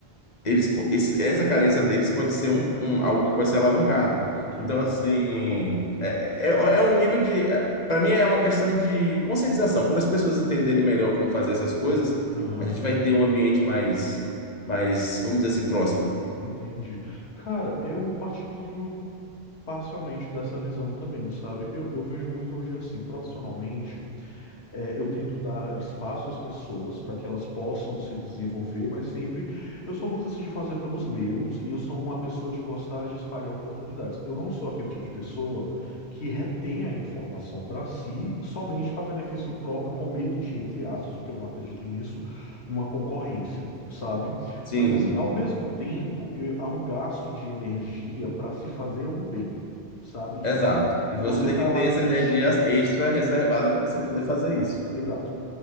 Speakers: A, on the left; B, on the left.
A: eles, po- esse- essa carência deles pode ser um, um- algo que pode ser alavancado.
B: entendi.
A: Então, assim, é, é, é é um nível de. Para mim, é uma questão de conscientização. Quando as pessoas entenderem melhor como fazer essas coisas,
B: Aham,
A: a gente vai ter um ambiente mais, mais, vamos dizer assim, próspero.
B: entendi. Cara, eu partilho. parcialmente dessa visão também, sabe? Eu, eu vejo muito hoje assim, profissionalmente. É, eu tento dar espaço às pessoas para que elas possam se desenvolver, mas sempre eu sou muito assim de fazer pelos meus e eu sou uma pessoa de gostar de espalhar oportunidades. Eu não sou aquele tipo de pessoa que retém a informação para si somente para benefício próprio, com medo de, entre aspas, porque eu não acredito nisso, uma concorrência, sabe?
A: Sim,
B: Mas assim, ao mesmo tempo, eu- há um gasto de energia para se fazer o bem, sabe? Tipo,
A: exato. E
B: você
A: você tem
B: tá
A: que
B: lá
A: ter
B: investindo.
A: essa energia extra reservada para você poder fazer isso.
B: Exato.